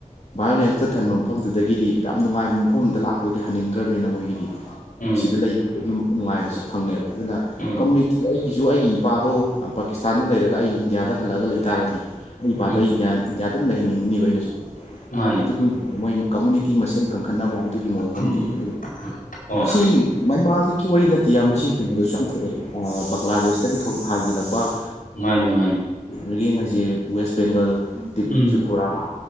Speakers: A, on the left; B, on the left.
A: ꯚꯥꯏꯌꯣꯂꯦꯟꯁꯇ ꯊꯟꯕ ꯃꯐꯝꯗꯨꯗꯒꯤꯗꯤ ꯌꯥꯝ ꯅꯨꯡꯉꯥꯏꯕ ꯃꯐꯝ ꯑꯃꯗ ꯂꯥꯛꯄꯗꯨꯗꯤ ꯍꯟꯅꯤꯡꯗ꯭ꯔꯕꯅꯤꯅ ꯃꯣꯏꯒꯤꯗꯤ
B: ꯎꯝ ꯎꯝ
A: ꯁꯤꯗ ꯂꯩꯕꯒꯤ ꯅꯨꯡꯉꯥꯏꯕꯁꯤ ꯐꯪꯉꯦꯕ ꯑꯗꯨꯅ
B: ꯎꯝ
A: ꯀꯝꯃꯨꯅꯤꯇꯤ ꯑꯩꯒꯤꯁꯨ ꯑꯩꯒꯤ ꯏꯄꯥꯗꯣ ꯄꯥꯀꯤꯁꯇꯥꯟꯗ ꯂꯩꯔꯒ ꯑꯩ ꯏꯟꯗꯤꯌꯥꯗ ꯍꯜꯂꯛꯒ ꯂꯩꯇꯥꯥꯔꯗꯤ ꯑꯩ ꯏꯄꯥꯗꯣ
B: ꯎꯝ
A: ꯑꯩ ꯏꯟꯗꯤꯌꯥ ꯏꯟꯗꯤꯌꯥ ꯑꯗꯨꯝ ꯂꯩꯍꯟꯅꯤꯡꯉꯤꯅꯤꯕ ꯑꯩꯅꯁꯨ
B: ꯃꯥꯅꯦ
A: ꯑꯗꯨꯒꯤ ꯃꯣꯏ ꯀꯝꯃꯨꯅꯤꯇꯤ ꯃꯁꯦꯟ ꯀꯟꯈꯠꯅꯕ ꯑꯗꯨꯒꯤ ꯃꯑꯣꯡ
B: ꯎꯝ
A: ꯑꯃꯗꯤ ꯑꯗꯨ
B: ꯍꯣꯏ
A: ꯁꯤ ꯃꯦꯟꯃꯥ꯭ꯔ ꯈꯛꯀꯤ ꯋꯥꯔꯤ ꯅꯠꯇꯦ ꯏꯌꯥꯝꯕꯁꯤ ꯀꯩꯅꯣꯗꯁꯨ ꯌꯥꯝ ꯊꯣꯛꯑꯦ ꯕꯪꯒ꯭ꯂꯥꯗꯦꯁꯇꯒꯤ ꯍꯥꯡꯖꯤꯜꯂꯛꯄ
B: ꯃꯥꯅꯦ ꯃꯥꯅꯦ
A: ꯀꯩꯅꯗꯒꯤ ꯃꯣꯏꯁꯦ west Bengal
B: um
A: Tripura